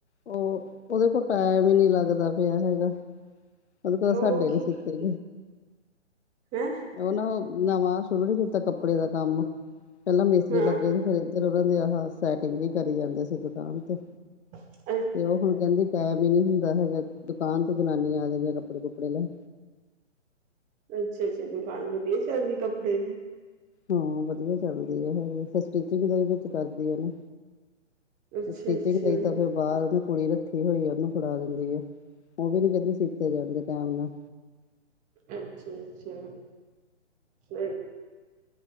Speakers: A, on the left; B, on the right.
A: ਉਹ ਉਹਦੇ ਕੋਲ ਟਾਈਮ ਹੀ ਨਹੀਂ ਲੱਗਦਾ ਪਿਆ ਹੈਗਾ। ਉਹਦੇ ਕੋਲ
B: ਰੋਲੋ
A: ਸਾਡੇ
B: ਕੀ
A: ਨੀ ਸੀਤੇ
B: ਕਰਦੇ ਹੈਂ
A: ਉਹਨਾਂ ਨਵਾਂ ਸ਼ੁਰੂ ਨੀ ਕੀਤਾ ਕੱਪੜੇ ਦਾ ਕੰਮ, ਪਹਿਲਾਂ ਮਿਸਤਰੀ
B: ਹਾਂ
A: ਲੱਗੇ ਸੀ ਫਿਰ ਉਹਨਾਂ ਦੀ ਆ ਸੈਟਿੰਗ ਵੀ ਕਰੀ ਜਾਂਦੇ ਸੀ ਦੁਕਾਨ ਤੇ
B: <inaudible>
A: ਤੇ ਉਹ ਹੁਣ ਕਹਿੰਦੀ ਟਾਈਮ ਹੀ ਨਹੀਂ ਹੁੰਦਾ ਹੈਗਾ ਦੁਕਾਨ ਤੇ ਜਨਾਨੀਆਂ ਆ ਜਾਂਦੀਆਂ ਕੱਪੜੇ ਕੁੱਪੜੇ ਲੈਣ
B: ਅੱਛਾ ਜੀ ਦੁਕਾਨ ਵਧੀਆ ਚੱਲਦੀ ਕੱਪੜੇ ਦੀ
A: ਹਾਂ। ਵਧੀਆ ਚੱਲਦੀ ਆ ਹੈਗੀ ਸਟਿਚਿੰਗ ਦਾ ਵਿੱਚ ਕਰਦੀ ਆ ਨਾ
B: ਅੱਛਾ
A: ਸਟੀਚਿੰਗ
B: ਅੱਛਾ
A: ਲਈ ਤ ਫਿਰ ਬਾਹਰ ਉਹਨੇ ਕੁੜੀ ਰੱਖੀ ਹੋਈ ਆ ਉਹਨੂੰ ਫੜਾ ਦਿੰਦੀ ਆ ਉਹ ਵੀ ਨੀ ਕਹਿੰਦੇ ਸੀਤੇ ਜਾਂਦੇ ਟੇਮ ਨਾਲ
B: ਅੱਛਾ, ਅੱਛਾ ਫਿਰ